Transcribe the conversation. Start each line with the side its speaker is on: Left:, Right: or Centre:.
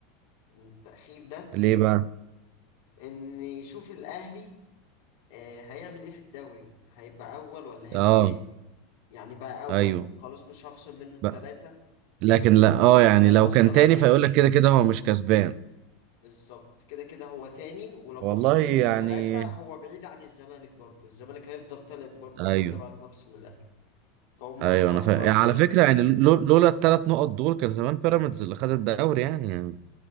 Left: التأخير ده
Right: ليه بقى
Left: إن يشوف الأهلي آه، هيعمل إيه في الدوري هيبقى أول ولا هيبقى
Right: اه
Left: تاني يعني بقى أول
Right: ايوه
Left: خلاص مش هخصم منه التلاتة
Right: بقى لكن
Left: لأن
Right: لا
Left: لو خصمت
Right: اه يعني
Left: هيأثر
Right: لو كان تاني
Left: عليه
Right: فيقول لك كده كده هو مش كسبان
Left: بالظبط كده كده هو تاني ولما
Right: والله
Left: أخصم
Right: يعني
Left: منه التلاتة هو بعيد عن الزمالك برضه الزمالك هيفضل تالت برضه
Right: ايوه
Left: حتى بعد ما أخصم الأهلي فهم
Right: ايوه
Left: أخروا
Right: انا فاهم
Left: القرار
Right: يعني
Left: بسبب
Right: على فكره
Left: كده
Right: يعني لو- لولا الثلاث نقط دول كان زمان بيراميدز اللي خد الدوري يعني يعني